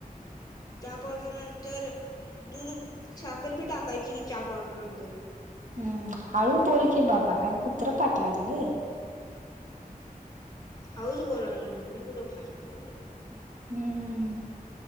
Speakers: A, on the left (about 25°); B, on the right (about 55°).
A: चहा पावडर नंतर दूध छाखर बी टाकायची की चहा पावडर नंतर.
B: हम्म हाळू बोल की बाबा काय कुत्र पाठ लागले.
A: हाऊच बोलाले नो, मी कुठं फास्ट बोललो.
B: हम्म